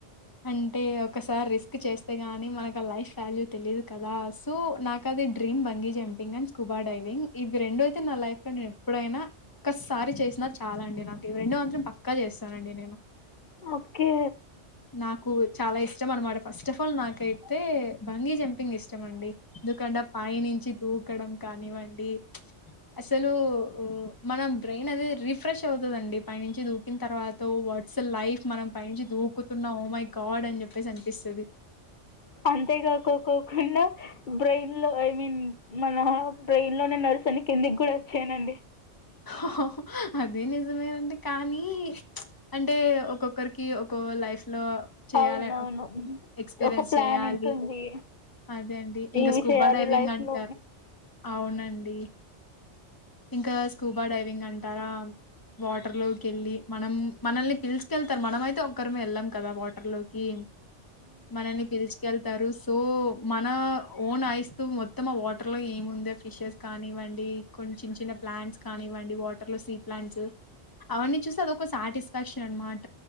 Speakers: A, on the left (about 20°); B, on the left (about 45°).
A: అంటే ఒకసారి రిస్క్ చేస్తే గానీ మనకు ఆ లైఫ్ వాల్యూ తెలీయదు కదా సో నాకు అది dream bungee jumping and scuba diving ఇవి రెండ అయితే నా లైఫ్లో నేను ఎప్పుడైనా ఒక్కసారి చేసినా చాలా అండి నాకు ఇవి రెండు మాత్రం పక్క చేస్తానండి నేను
B: ఓకే
A: నాకు చాలా ఇష్టం అన్నమాట ఫస్ట్ ఆఫ్ ఆల్ నాకైతే బంగీ జంపి పింగ్ ఇష్టం అండి ఎందుకంటే పైనించి చి దూకడం కానివ్వండి అసలు మన బ్రెయిన్ అది రిఫ్రెష్ అవుతుందండి పైనుంచి దూకిన తర్వాత వాట్స్ లైఫ్ మనం పైంచి దు ఓ మై గాడ్ అని చెప్పేసి అనిపిస్ సది
B: అంతేగాక్కకోకుండా బ్రెయిన్ లో ఐ మీన్ మన బ్రెయిన్ లోనే నర్స్ని కిందికి కూడా వచ్చాయనండి
A: ఓహో హా అదే నిజమేనంటే కానీ అంటే ఒక్కొక్కరికి ఒక లైఫ్ లో చేయాల
B: అవునవును హ్మ్.
A: ఎక్స్పీరియన్స్
B: ఒక ప్లాన్
A: చేయాలి
B: ఉంటుంది
A: అదే అండి ఇంకా
B: ఇవి
A: స్కూబా
B: చేయాలి
A: డైవింగ్
B: లైఫ్లో
A: అంటారు అవునండి ఇంకా స్కూబా డైవింగ్ అంటారా వాటర్ లోకి వెళ్ళి మనం మనల్ని పిల్స్క వెళ్తారు మనం అయితే ఒక్కరిమ వెళ్ళాం కదా వాటర్ లోకి మనల్ని పిలుచుకెళ్తారు సో మన ఓన్ ఐస్తూ మొత్తం ఆ వాటర్లో ఏముంద ఫిషెస్ కానివ్వండి కొన్ని చిన్న చిన్న ప్లాంట్స్ కానివ్వండి వాటర్ లో సీ ప్లాంట్స్ అవన్నీ చూసి, అదొక సాటిస్ఫాక్షన్ అనమాట.